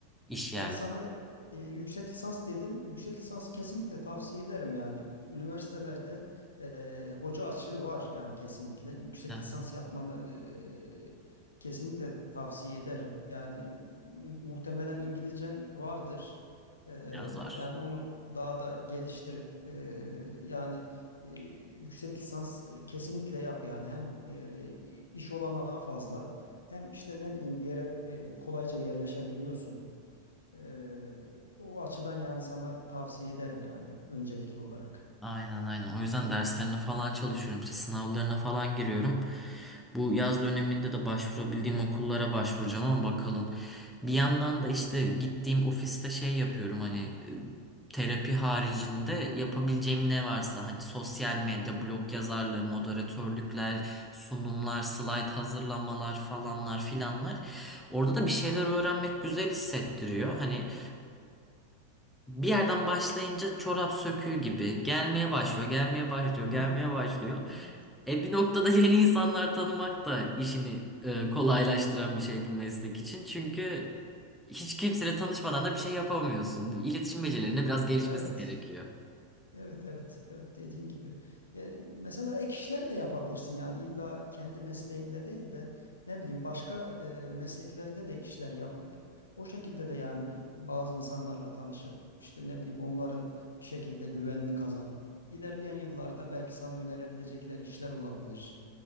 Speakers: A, in the centre; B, on the left.
A: İş yerleri.
B: Yani sana e, yüksek lisans dedin. Yüksek lisansı kesinlikle tavsiye ederim yani. Ü- Üniversitelerde e, hoca açığı var yani kesinlikle. Yüksek
A: Hı hı.
B: lisans yapmanı e, kesinlikle tavsiye ederim. Yani mu- muhtemelen İngilizcen vardır. E,
A: Biraz zor.
B: yani onu daha da geliştirip e, yani e, yüksek lisans e, kesinlikle yap yani. Hem e, iş olanağı fazla. Hem işte ne bileyim bir yere e, kolayca yerleşebiliyorsun. Ee, o açıdan yani sana tavsiye ederim yani öncelikli olarak.
A: Aynen aynen. O yüzden derslerine falan çalışıyorum. İşte sınavlarına falan giriyorum. Bu yaz döneminde de başvurabildiğim okullara başvuracağım ama bakalım. Bir yandan da işte gittiğim ofiste şey yapıyorum hani e, terapi haricinde yapabileceğim ne varsa hani sosyal medya, blog yazarlığı, moderatörlükler, sunumlar, slayt hazırlamalar falanlar filanlar. Orada da bir şeyler öğrenmek güzel hissettiriyor. Hani bir yerden başlayınca çorap söküğü gibi gelmeye başlıyor, gelmeye başlıyor,
B: Hı
A: gelmeye
B: hı.
A: başlıyor.
B: Evet.
A: E bir noktada <laughs> yeni insanlar tanımak da işini e, kolaylaştıran bir şey bu meslek için. Çünkü hiç kimseyle tanışmadan da bir şey yapamıyorsun. İletişim becerilerine biraz gelişmesi
B: Evet.
A: gerekiyor.
B: Evet evet evet dediğin gibi. Ya, mesela ek işler de yapabilirsin yani illa kendi mesleğinde değil de ne bileyim başka e, mesleklerde de işler yapıp o şekilde de yani bir, bazı insanlarla tanışıp işte ne bileyim onların bir şekilde güvenini kazanıp ilerleyen yıllarda belki sana önerebilecekleri işler olabilir.